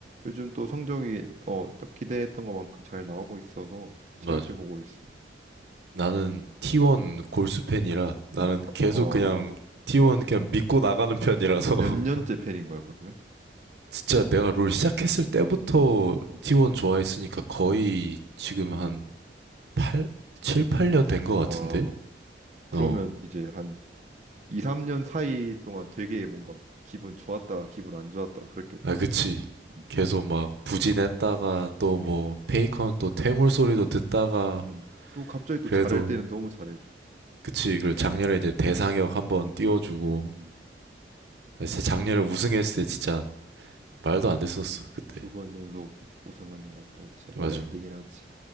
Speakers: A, on the right; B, on the right.
A: 요즘 또 성적이 어 딱 기대했던 것만큼 잘 나오고 있어서 재밌게
B: 맞아.
A: 보고 있어.
B: 나는 T1 골수 팬이라 나는
A: 음,
B: 계속
A: 어,
B: 그냥 T1 그냥 믿고 나가는 편이라서
A: 몇
B: <laughs>
A: 년째 팬인 거야 그러면?
B: 진짜 내가 롤 시작했을 때부터
A: 어.
B: T1 좋아했으니까 거의
A: 어.
B: 지금 한팔 7, 8년 된 거 같은데?
A: 와, 그러면
B: 어.
A: 이제 한 2, 3년 사이 동안 되게 뭔가 기분 좋았다가 기분 안 좋았다가 그랬겠다.
B: 아, 그치.
A: 음,
B: 계속 막 부진했다가 또
A: 음,
B: 뭐 페이컨 또 퇴물 소리도 듣다가
A: 음. 또 갑자기 또
B: 그래도
A: 잘할 때는 너무 잘해줘.
B: 그치, 그 작년에 이제 대상역 한 번 띄워주고,
A: 음.
B: 진짜 작년에 우승했을 때 진짜 말도 안 됐었어, 그때.
A: 두 번 연속 우승하는 것도 진짜 말이
B: 맞아.
A: 안 되긴 하지.